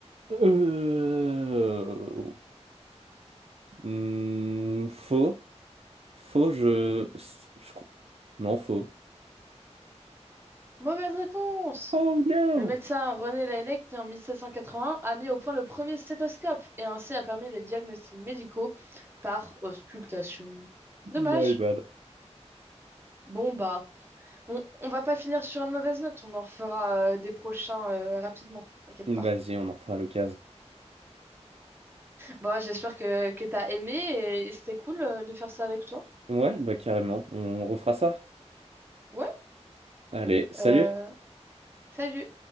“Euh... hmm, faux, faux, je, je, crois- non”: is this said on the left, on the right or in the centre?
Right